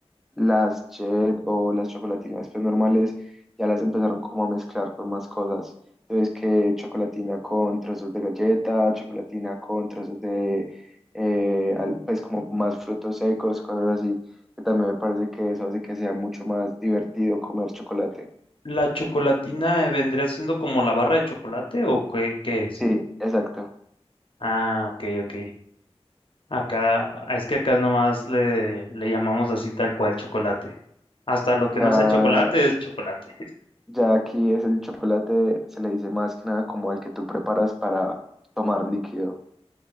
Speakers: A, in the centre; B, on the left.
A: Las Chet o las chocolatinas pues normales ya las empezaron como a mezclar con más cosas. Entonces que chocolatina con trozos de galleta, chocolatina con trozos de eh, al- pues como más frutos secos, cosas así. Que también me parece que eso hace que sea mucho más divertido comer chocolate.
B: ¿La chocolatina eh, vendría siendo como la barra de chocolate o qué, qué es?
A: Sí, exacto.
B: Ah, ok, ok. Acá, es que acá nomás le, le llamamos así tal cual chocolate. Hasta lo
A: Ya,
B: que no sea chocolate es chocolate. <laughs>
A: ya aquí es el chocolate, se le dice más que nada como al que tú preparas para tomar líquido.